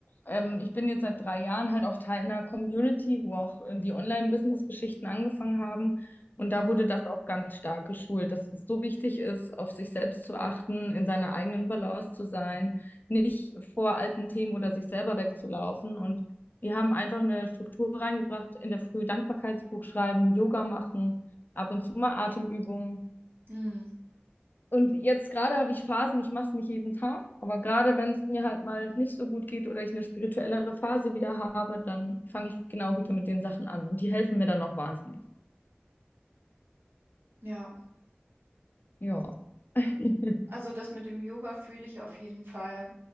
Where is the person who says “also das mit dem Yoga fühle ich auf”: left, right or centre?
Right